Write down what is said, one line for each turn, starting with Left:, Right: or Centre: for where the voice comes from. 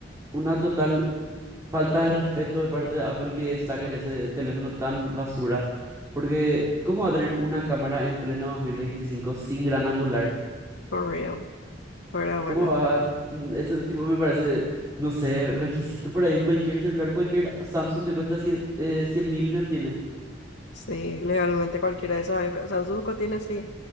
Right: una total falta de respeto de parte de Apple que saquen ese teléfono tan basura, porque ¿cómo va a tener una cámara en pleno 2025 sin gran angular?
Left: For real, fuera de bola.
Right: ¿Cómo va? a- mm, Ese tipo me parece, no sé, requisito por ahí en cualquier celular, cualquier Samsung que cuesta cien mil no tiene.
Left: Sí, legalmente cualquiera de esos iPhones, Samsung tiene así